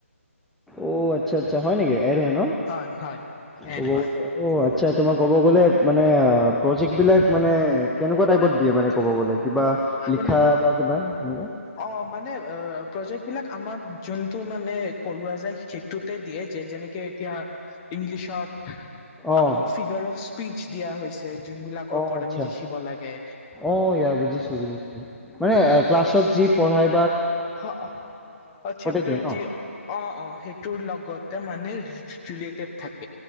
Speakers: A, in the centre; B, on the left.
A: অ আচ্ছা আচ্ছা হয় নেকি আৰু হয় ন
B: হয় হয়
A: ক'ব
B: এড হয়
A: গ'লে, অ' আচ্ছা তোমাক ক'ব গলে। মানে, প্ৰজেক্টবিলাক মানে কেনেকুৱা টাইপত দিয়ে মানে ক'ব গ'লে কিবা লিখা
B: মানে,
A: বা কিবা তেনেকুৱা?
B: অ' মানে প্ৰজেক্টবিলাক আমাক যোনটো মানে কৰোৱা যায়, সেইটোতে দিয়ে যে যেনেকে এতিয়া ইংলিছত,
A: অ',
B: আমাক ফিগাৰ অফ স্পীচ দিয়া হৈছে। যোনবিলাকৰ
A: অ'
B: ওপৰত
A: আচ্ছা।
B: আমি লিখিব লাগে।
A: অ' ইয়া বুজিছো, মানে ক্লাছত যি পঢ়াই
B: হ' চেপ্টাৰ
A: দিয়ে ন?
B: যি অ' অ' সেইটোৰ লগত মানে ৰিলেটেড থাকে।